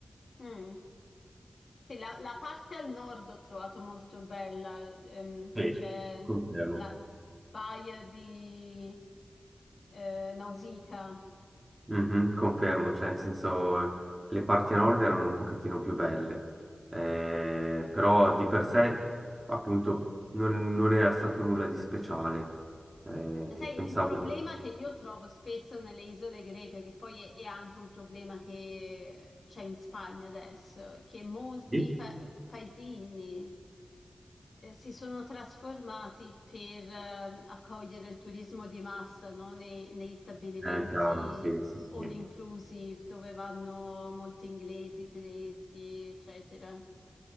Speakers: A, on the left; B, on the right.
A: mm. Sì, la, la parte al nord ho trovato molto bella, ehm,
B: Sì.
A: c'è
B: confermo.
A: la baia di eh, Nausicaa.
B: Mhm, confermo, cioè in senso le parti a nord erano un pochettino più belle, eh, però di per sé appunto non, non era stato nulla di speciale. Eh,
A: Sai,
B: pensavo...
A: il problema che io trovo spesso nelle isole greche, che poi è, è anche un problema che c'è in Spagna adesso, è che molti
B: Sì.
A: pa- paesini, eh, si sono trasformati per ehm, accogliere il turismo di massa, no? Nei- negli stabilimenti
B: Eh, chiaro, sì, sì,
A: all
B: sì.
A: inclusive dove vanno molti inglesi, tedeschi, eccetera.